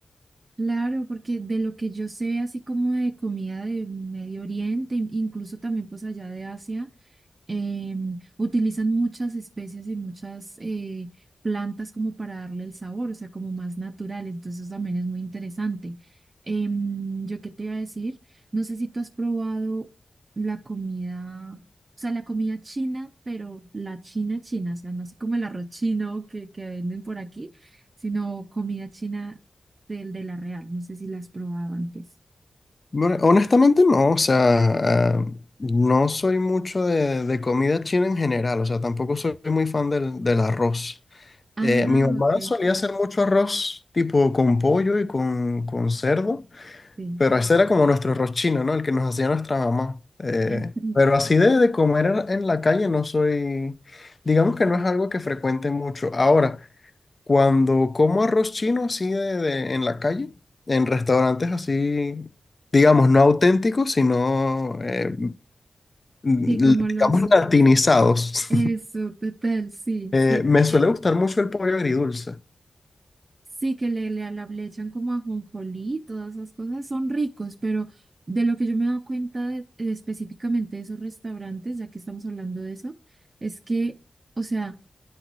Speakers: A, on the right (about 35°); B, on the left (about 30°).
A: claro, porque de lo que yo sé, así como de comida de Medio Oriente, in- incluso también pues allá de Asia. em, utilizan muchas especies y muchas eh, plantas como para darle el sabor, o sea, como más natural. Entonces, eso también es muy interesante. Em, yo qué te iba a decir, no sé si tú has probado la comida, o sea, la comida china, pero la china china, o sea, no así como el arroz chino que, que venden por aquí, sino comida china del de la real. No sé si la has probado antes.
B: Bueno, honestamente no, o sea, ah, no soy mucho de, de comida china en general, o sea, tampoco soy muy fan del, del arroz.
A: Ah,
B: Eh, mi mamá
A: ok.
B: solía hacer mucho arroz tipo con pollo y con, con cerdo.
A: Sí.
B: Pero ese era como nuestro arroz chino, ¿no? El que nos hacía nuestra mamá. Eh,
A: <laughs>
B: pero así de, de comer en en la calle no soy, digamos que no es algo que frecuente mucho. Ahora, cuando como arroz chino así de, de- en la calle, en restaurantes así, digamos, no auténticos, sino, eh, l-
A: Sí, como los,
B: digamos, latinizados,
A: Eso, total, sí,
B: <laughs> eh,
A: que
B: me suele gustar mucho el pollo agridulce.
A: sí, que le, le, la- le echan como ajonjolí, todas esas cosas son ricos, pero de lo que yo me he dado cuenta de- de específicamente de esos restaurantes, ya que estamos hablando de eso, es que, o sea,